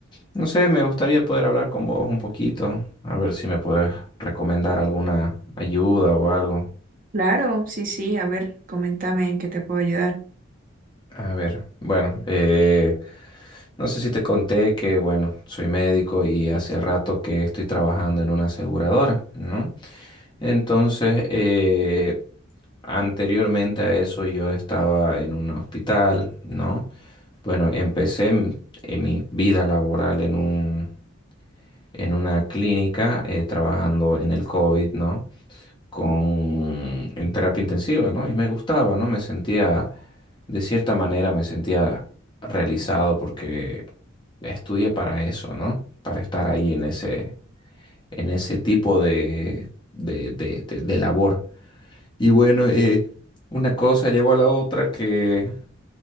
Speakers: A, on the left; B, on the right.
A: No sé, me gustaría poder hablar con vos un poquito, a ver si me puedes recomendar alguna ayuda o algo.
B: Claro, sí, sí, a ver, comentame en qué te puedo ayudar.
A: A ver, bueno, eh, No sé si te conté que, bueno, soy médico y hace rato que estoy trabajando en una aseguradora, ¿no? Entonces, eh, anteriormente a eso yo estaba en un hospital, ¿no? Bueno, empecé en, en mi vida laboral en un, en una clínica, eh, trabajando en el COVID, ¿no? con, en terapia intensiva, ¿no? Y me gustaba, ¿no? Me sentía, de cierta manera, me sentía realizado porque estudié para eso, ¿no? Para estar ahí en ese, en ese tipo de, de, de, de- de labor. Y bueno, eh, una cosa llevó a la otra que